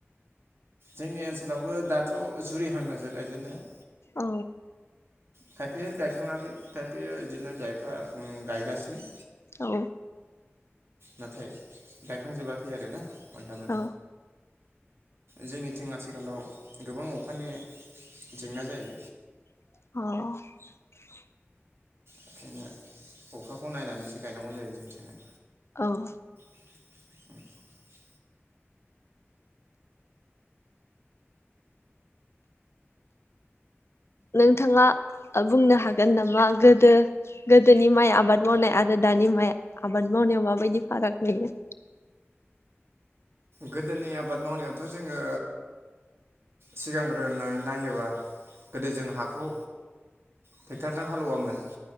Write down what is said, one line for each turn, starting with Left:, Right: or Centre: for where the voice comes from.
Right: जोंनि ओनसोलावबो दाथ' जुरि हान्दांसो गायजेनन्नाया
Left: औ
Right: खायफाया गायखाङाखै खायफाया बिदिनो गायफा गायगासिनो
Left: औ
Right: नाथाय गायखांजोबाखै आरो ना <unintelligible> बयनाबो
Left: औ
Right: जोंनिथिं आथिखालाव गोबां अखानि जेंना जायो।
Left: औ
Right: बेंखायनो अखाखौ नायनानैसो गायनांगौ जायो जोंथिंजाय
Left: औ
Right: <inaudible>
Left: नोंथाङा बुंनो हागोन नामा गोदो गोदोनि माइ आबाद मावनाय आरो दानि माइ आबाद मावनायाव माबायदि फाराग नुयो।
Right: गोदोनि आबाद मावनायावथ' जोङो सिगांग्रोनानै नायोबा गोदो जों हाखौ ट्रेक्टरजों हालेववामोन